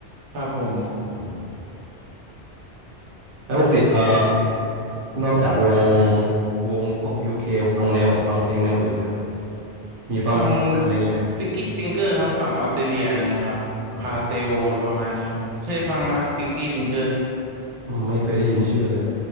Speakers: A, on the right (about 80°); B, on the right (about 55°).
A: ครับผม
B: อืมแล้วปกติเอ่อนอกจากวงวงพวกยูเคฟังแนวฟังเพลงแนวอื่นไหมฮะมีฟังเพลงไทยอะไรอย่างงี้ไหมฮะ
A: ฟังสติ c กี้ฟิงเกอร์ครับฝั่งออสเตรเลียอย่างเงี้ยครับพาเซโออะไรประมาณเนี้ยครับเคยฟังไหมครับสติ
B: อ๋ออืม
A: c กี้ฟิงเกอร์
B: อืมไม่เคยได้ยินชื่อเลยฮะ